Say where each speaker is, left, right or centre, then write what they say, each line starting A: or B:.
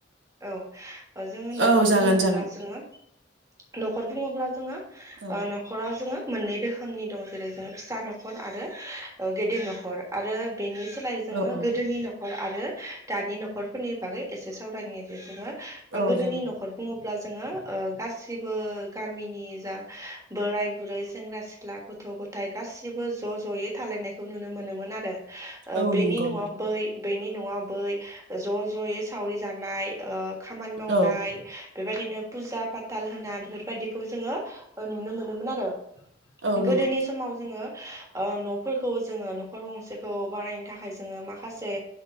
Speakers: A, on the right; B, on the right.
A: औ जोङो न'खर
B: औ जागोन
A: बुङोब्ला
B: जागोन
A: जोङो न'खर बुङोब्ला जोङो
B: औ
A: ओ न'खरा जोङो मोननै रोखोमनि दं जेरै- जोङो फिसा न'खर आरो गेदेर न'खर आरो बेनि सोलाय जोङो
B: औ औ
A: गोदोनि न' खर आरो दानि न'खरफोरनि बागै एसे सावरायनि जे जोङो
B: औ
A: गोदोनि
B: जागोन
A: न'खर बुङो ब्ला जोङो ओ गासिबो गामिनि जा बोराय बुरै सेंग्रा सिख्ला गथ' गथाय गासिबो ज' ज'यै थालायनायखौ नुनो मोनोमोन आरो ओ
B: औ
A: बेनि
B: नंगौ
A: न'आव बै बेनि न'आव बै ज' ज'यै सावरि जानाय ओ खामानि मावनाय
B: औ
A: बेबायदिनो फुजा फाथाल होना बेफोरबायदिखौ जोङो अ नुनो मोनोमोन आरो।
B: औ
A: गोदोनि
B: नंगौ
A: समाव जोङो अ न'फोरखौबो जोङो न'खर गंसेखौ बानायनो थाखाय जोङो माखासे